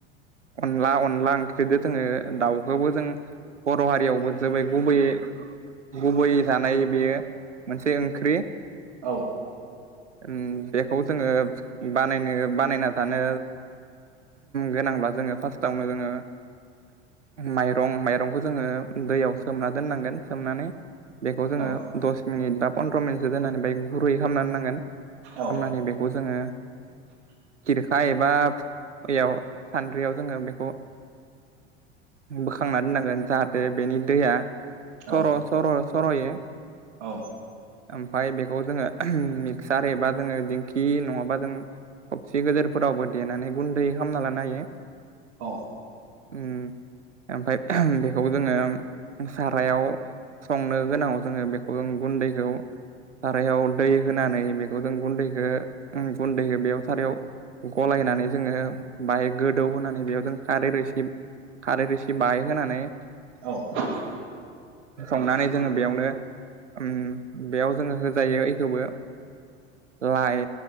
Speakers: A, on the right; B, on the right.
A: अनला अनला ओंख्रिजों जोङो दाउखौबो जों। बर' हारियावबो जोबाय गुबैयै। गुबै जानाय बेयो मोनसे ओंख्रि।
B: औ
A: ओं बेखौ। जोङो बानायनो बानायना जानो। गोनांब्ला जोङो फार्स्टावनो जोङो। माइरं माइरंखौ जोङो दैयाव सोमना दोननांगोन सोमनानै। बेखौ जोङो
B: औ
A: दस मिनिट बा पन्द्र' मिनिटसो दोननानै बाय गुरै खालामना दोननांगोन।
B: औ
A: खामनानै बेखौ जोङो। खिरखा एबा बेयाव सान्द्रियाव जोङो बेखौ। बोखांना दोननांगोन जाहाथे बेनि दैया सर'
B: औ
A: सर' सर'यो।
B: औ।
A: ओमफाय बेखौ जोङो मिक्सार एबा जोङो दिंखि नङाबा जों। थबसि गोदोरफोरावबो देनानै गुन्दै खालामना लानो हायो।
B: औ।
A: उम ओमफ्राय बेखौ जोङो सारायाव। संनो गोनाङाव जोङो बेखौ जों गुन्दैखौ। सारायाव दै होनानै बेखौ जों गुन्दैखौ गुन्दैखौ बेयाव सारायाव। गलायनानै जोङो बाहाय गोदौ होनानै बेयाव जों खारै रोसि खारै रोसि। जि बाहाय होनानै।
B: औ
A: संनानै जोङो बेयावनो उम बेयाव जोङो होजायो बेखौबो। लाइ